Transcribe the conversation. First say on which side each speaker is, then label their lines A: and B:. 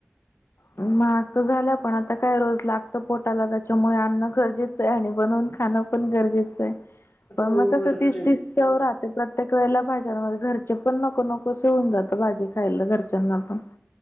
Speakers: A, on the left; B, on the left.
A: हम्! महाग तर झाल्या पण आता काय रोज लागत. पोटाला त्याच्यामुळे अन्न गरजेचं आहे आणि बनवून खाणं पण, गरजेचा आहे. पण
B: हो
A: म कस
B: बरोबर
A: तेच
B: आहे
A: तेच त्यावर राहतंय प्रत्येक वेळेला बाजारमध्ये घरचे पण नको नको सो होऊन जातं भाजी खायला घरच्यांना पण,